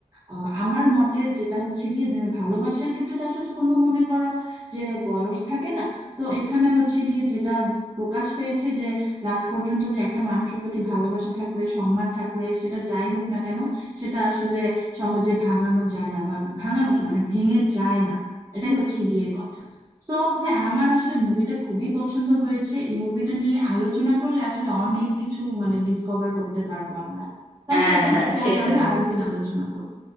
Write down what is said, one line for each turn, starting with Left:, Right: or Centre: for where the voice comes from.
Right: আহ, আমার মতে যেটা হচ্ছে গিয়ে মানে ভালোবাসার ক্ষেত্রে তো আসলে কোনো মনে করো যে বয়স থাকে না তো এখানে হচ্ছে গিয়ে যেটা প্রকাশ পেয়েছে যে লাস্ট পর্যন্ত যে একটা মানুষের প্রতি ভালোবাসা থাকলে সম্মান থাকলে সেটা যাই হোক না কেন সেটা আসলে সহজে ভাঙানো যায় না বা ভাঙানো কি মানে ভেঙে যায় না এটাই হচ্ছে গিয়ে কথা তো হ্যাঁ আমার আসলে মুভিটা খুবই পছন্দ হয়েছে এই মুভিটা নিয়ে আলোচনা করলে আসলে অনেক কিছু মানে ডিসকভার করতে পারবো আমরা তবে
Left: হ্যাঁ
Right: এটা
Left: হ্যাঁ
Right: নিয়ে পরে
Left: সেটাই
Right: আমরা আরেকদিন আলোচনা করবো